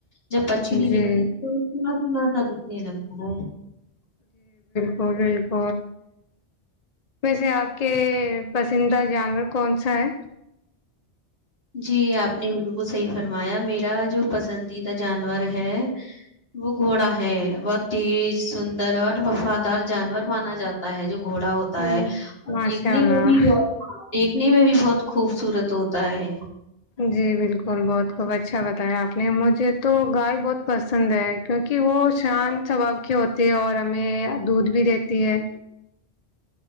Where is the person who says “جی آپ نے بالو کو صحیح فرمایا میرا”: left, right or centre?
Left